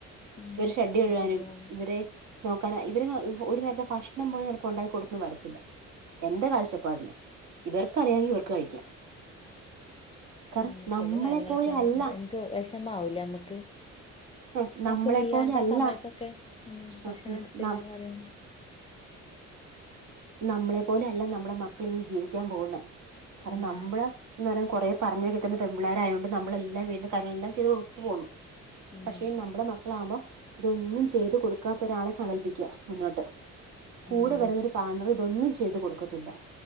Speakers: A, on the left; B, on the right.
A: ഉം
B: ഇവരെ ഷഡ്ഡി കഴുകാനും
A: ശരിയാണ്
B: ഇവരെ നോക്കാനും ഇവരങ്ങ് ഇവ് ഒരു നേരത്തെ ഭക്ഷണം പോലും ചെലപ്പൊ ഉണ്ടാക്കി കൊട്ത്തെന്ന് വരത്തില്ല എന്റ കാഴ്ചപാട്ന് ഇവർക്കറിയാങ്കി ഇവർക്ക് കഴിക്കാം കാരണം
A: ഉം
B: നമ്മളെ
A: ചെല കാര്യങ്ങളൊക്കെ
B: പോലെ അല്ല
A: ഭയൻങ്ക് വെഷമാവുല്ലേ ഞമ്മക്ക്
B: ആഹ്
A: നമുക്ക്
B: നമ്മളെപ്പോലെ
A: വയ്യാണ്ട
B: അല്ല
A: ആ സമയത്തൊക്കെ ഉം ഭക്ഷണം
B: ആഹ് ഉം
A: എട്ത്തെരാൻ
B: നം
A: പറ്യെന്നെ
B: നമ്മളെ പോലെ അല്ല നമ്മടെ മക്കൾ ഇനി ജീവിക്കാൻ പോകുന്നേ കാരണം
A: ഉം
B: നമ്മള് ന്ന് പറഞ്ഞാ കൊറേ പറഞാ കോക്ക്‌ന്ന പെണ്ണ് മ്പിള്ളാരായോണ്ട് നമ്മ്ള് എല്ലം വീട്ടിന്റെ കാര്യങ്ങളെല്ലാം ചെയ്ത് കൊട്ത്തു പോന്നു
A: ഉം
B: പക്ഷേ നമ്മ്ടെ മക്കളാവ്മ്പോ ഇതൊന്നും ചെയ്ത് കൊടുക്കാത്ത ഒരാളെ സങ്കൽപിക്ക്യാ മുന്നോട്ട് കൂടെ
A: ആണ്
B: വരുന്നൊരു പാട്ണറ് ഇതൊന്നും ചെയ്തു കൊടുക്കത്തില്ല